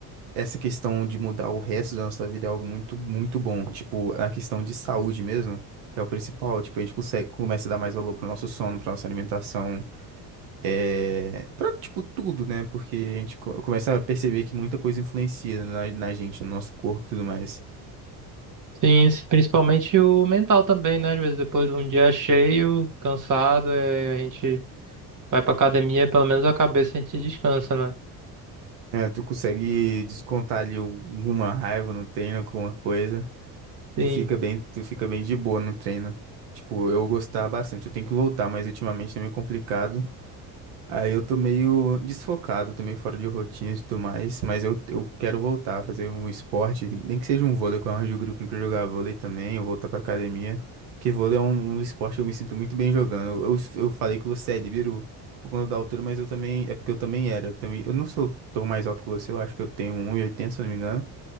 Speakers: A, on the right; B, on the right.
A: essa questão de mudar o resto da nossa vida é algo muito, muito bom. Tipo, a questão de saúde mesmo, que é o principal, tipo, a gente consegue, começa a dar mais valor pro nosso sono, pra nossa alimentação, é, pra, tipo, tudo, né? Porque a gente co- começa a perceber que muita coisa influencia na, na gente, no nosso corpo e tudo mais.
B: Sim, s- principalmente o mental também, né? Às vezes depois de um dia cheio, cansado, é, a gente vai pra academia, pelo menos a cabeça a gente descansa, né?
A: É, tu consegue descontar ali alguma raiva no treino, alguma coisa.
B: Sim.
A: Tu fica bem, tu fica bem de boa no treino. Tipo, eu gostava bastante. Eu tenho que voltar, mas ultimamente tá meio complicado. Aí eu tô meio desfocado, tô meio fora de rotina e tudo mais, mas eu, eu quero voltar a fazer um esporte, nem que seja um vôlei, que eu arranjo o grupo pra jogar vôlei também, eu voltar pra academia, porque vôlei é um, um esporte que eu me sinto muito bem jogando. Eu, eu, eu falei que você é líbero por conta da altura, mas eu também, é porque eu também era, eu também, eu não sou tão mais alto que você, eu acho que eu tenho um e oitenta, se eu não me engano,